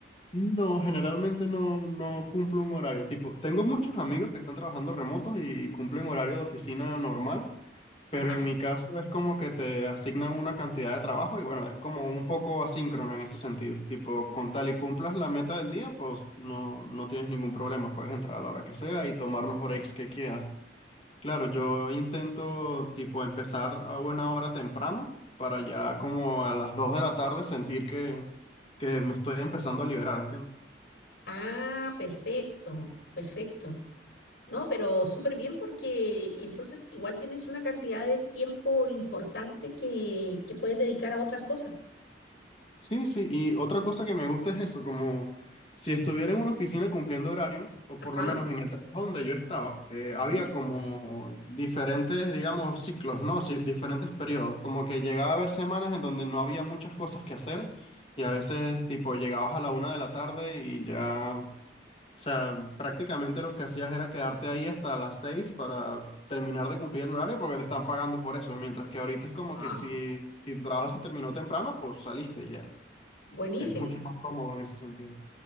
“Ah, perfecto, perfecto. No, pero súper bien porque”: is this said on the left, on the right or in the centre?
Left